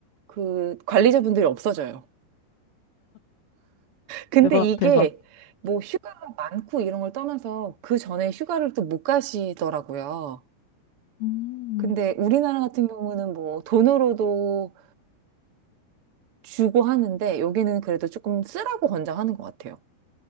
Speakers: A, on the right; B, on the left.
A: 그 관리자분들이 없어져요. 근데
B: 대박,
A: 이게
B: 대박.
A: 뭐 휴가가 많고 이런 걸 떠나서 그 전에 휴가를 또 못 가시더라고요.
B: 음.
A: 근데 우리나라 같은 경우는 뭐 돈으로도 주고 하는데 여기는 그래도 조금 쓰라고 권장하는 것 같아요.